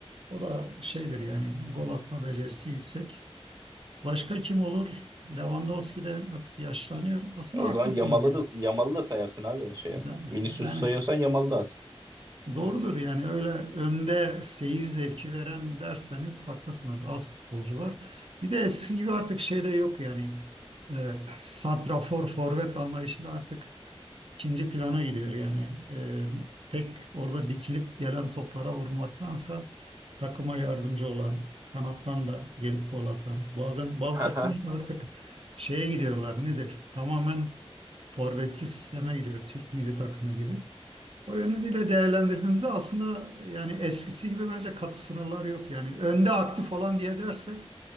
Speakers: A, on the right (about 60°); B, on the right (about 35°).
A: o da şeydir yani gol atma becerisi yüksek. Başka kim olur? Lewandowski de artık yaşlanıyor. Aslında
B: E, O
A: haklısınız
B: zaman Yamal'ı
A: gibi.
B: da, Yamal'ı da sayarsın abi o şeye.
A: Yani,
B: Vinicius'u
A: yani
B: sayıyorsan Yamal'ı da at.
A: doğrudur yani öyle önde seyir zevki veren derseniz haklısınız. Az futbolcu var. Bir de eski gibi artık şey de yok yani. E, santrafor forvet anlayışı da artık ikinci plana gidiyor yani. Ee, tek orada dikilip gelen toplara vurmaktansa takıma yardımcı olan, kanattan da gelip gol atan. Bazen bazı
B: Haha.
A: takımlar da artık şeye gidiyorlar nedir? Tamamen forvetsiz sisteme gidiyor Türk milli takımı gibi. O yönüyle değerlendirdiğimizde aslında yani eskisi gibi bence katı sınırlar yok. Yani önde aktif olan diye dersek